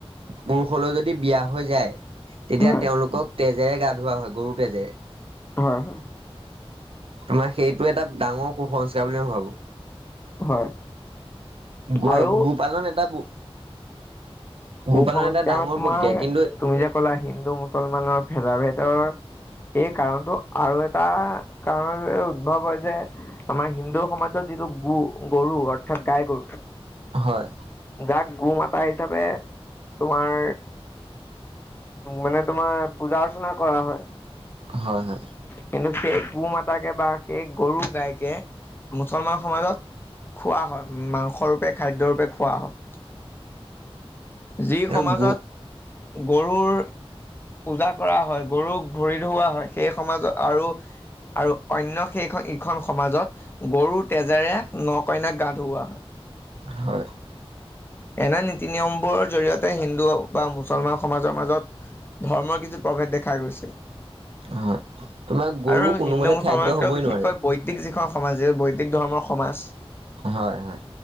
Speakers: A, on the right; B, on the left.
A: পুৰুষলৈ যদি বিয়া হৈ যায়, তেতিয়া
B: হয়
A: তেওঁলোকক তেজেৰে গা ধোৱা হয়, গৰুৰ তেজেৰে।
B: হয়' হয়'।
A: তোমাৰ সেইটো এটা ডাঙৰ কুসংস্কাৰ বুলি মই ভাবোঁ।
B: হয়।
A: গোৱা
B: আৰু
A: গো পালন এটা গোপালন
B: কুসংস্কাৰ
A: এটা ডাঙৰ
B: তোমাৰ
A: প্ৰক্ৰিয়া কিন্তু
B: তুমি যে কলা হিন্দু মুছলমানৰ ভেদা ভেদৰ এই কাৰণটো আৰু এটা কাৰণত উদ্ভৱ হৈছে। আমাৰ হিন্দু সমাজত যিটো গো গৰু অৰ্থাৎ গাই গৰু।
A: হয়।
B: যাক গো মাতা হিচাপে তোমাৰ মানে তোমাৰ পূজা অৰ্চনা কৰা হয়।
A: হয়, হয়।
B: কিন্তু সেই গো মাতাকে বা সেই গৰু গাইকে মুছলমান সমাজত খোৱা হয় মাংসৰূপে খাদ্যৰূপে খোৱা হয়। যি
A: এই
B: সমাজত
A: গো
B: গৰুৰ পূজা কৰা হয়, গৰুক ভৰি ধুওৱা হয় সেই সমাজত আৰু অন্য সেইখন ইখন সমাজত গৰু তেজেৰে ন কইনাক গা ধুওৱা হয়।
A: হয়।
B: এনে নীতি নিয়মবোৰৰ জৰিয়তে হিন্দু বা মুছলমান সমাজৰ মাজত ধৰ্মৰ কিছু প্ৰভেদ দেখা গৈছে।
A: হয় তোমাৰ গৰু
B: আৰু
A: কোনোমতে
B: হিন্দু মুছলমানতকে
A: খাদ্য হবই
B: বিশেষকৈ
A: নোৱাৰে
B: বৈদিক যিখন সমাজ এই বৈদিক ধৰ্মৰ সমাজ।
A: হয়, হয়।